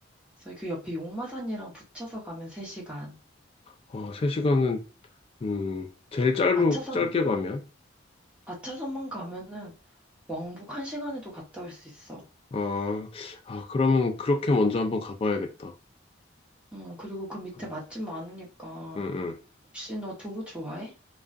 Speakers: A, in the centre; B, on the left (about 30°).
A: 그래서 그 옆에 용마산이랑 붙여서 가면 3시간.
B: 어, 3시간은, 음, 제일 짧은,
A: 아차산,
B: 짧게 가면?
A: 아차산만 가면은 왕복 1시간에도 갔다 올 수 있어.
B: 아, 아, 그러면 그렇게 먼저 한번 가봐야겠다.
A: 응, 그리고 그 밑에
B: 응,
A: 맛집 많으니까.
B: 응. 응.
A: 혹시 너 두부 좋아해?